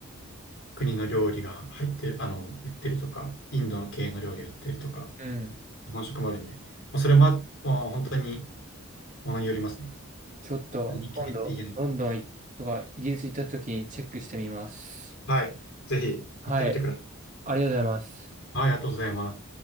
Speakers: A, on the left; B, on the right.
A: 国の料理が入ってる、あの、売ってるとか、インドの系の料理売ってるとか、
B: うん。
A: 日本食もあるんで、まあ、それも、まあ、本当にものによりますね。
B: ちょっと、
A: 何系って言えない。
B: 今度、ロンドンいとか、イギリス行った時にチェックしてみます。
A: はい。ぜひ行ってみてください。
B: はい。ありがとうございます。
A: はい、ありがとうございます。